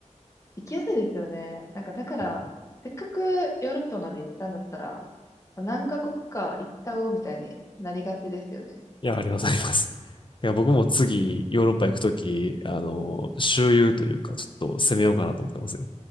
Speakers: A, on the left; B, on the left.
A: 行きやすいですよね。なんか、だから、
B: うん
A: せっかくヨーロッパまで行ったんだったら、何カ国か行っちゃおうみたいになりがちですよね。
B: いや、ありがとうございます。<laughs> だから僕も次、ヨーロッパ行くとき、あの、周遊というか、ちょっと攻めようかなと思ってますよ。